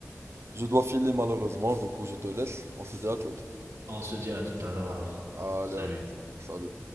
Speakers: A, on the right; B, on the right.
A: Je dois filer malheureusement, du coup je te laisse. On se dit à toutes.
B: On se dit à tout à l'heure alors.
A: Allez,
B: Salut.
A: à toutes. Salut.